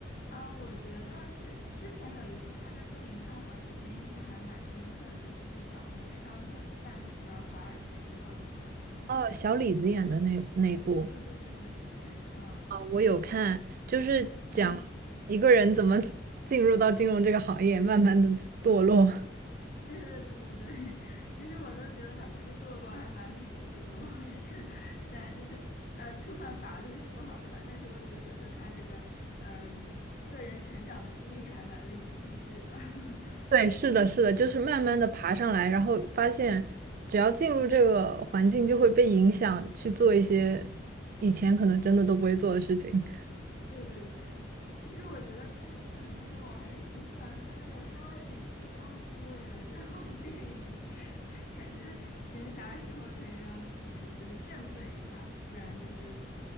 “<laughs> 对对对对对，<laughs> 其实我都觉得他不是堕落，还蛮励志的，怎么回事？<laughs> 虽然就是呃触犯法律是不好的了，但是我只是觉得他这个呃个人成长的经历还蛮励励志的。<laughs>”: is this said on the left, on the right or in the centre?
Left